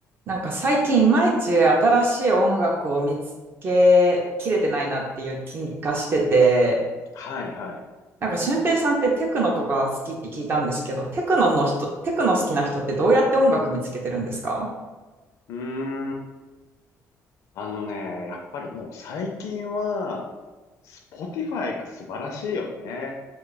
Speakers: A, on the right; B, on the left.
A: なんか最近いまいち新しい音楽を見つけきれてないなっていう気がしてて、
B: はいはい。
A: なんか俊平さんってテクノとか好きって聞いたんですけど、テクノの人、テクノ好きな人ってどうやって音楽見つけてるんですか
B: うーん。あのね、やっぱりもう最近は、Spotify が素晴らしいよね。